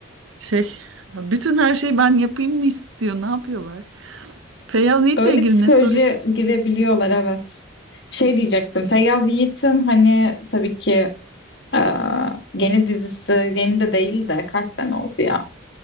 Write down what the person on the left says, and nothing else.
Öyle
psikolojiye
girebiliyorlar evet. Şey diyecektim. Feyyaz Yiğit'in hani tabii ki Ee, yeni dizisi yeni de değil de kaç sene oldu ya